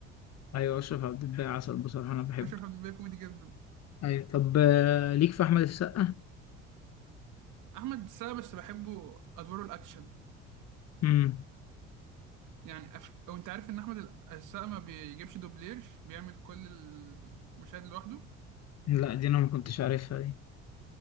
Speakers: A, on the left; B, on the right.
A: ايوه اشرف عبد الباقي عسل بصراحة انا بحبه
B: <laughs> اشرف عبد الباقي كوميدي جدا
A: ايوه طب آه، ليك في احمد السقا
B: احمد السقا بس بحبه ادواره الاكشن
A: امم
B: يعني أف... او انت عارف ان احمد السقا ما بيجيبش دوبلير بيعمل كل المشاهد لوحده
A: لا دي انا ما كنتش عارفها دي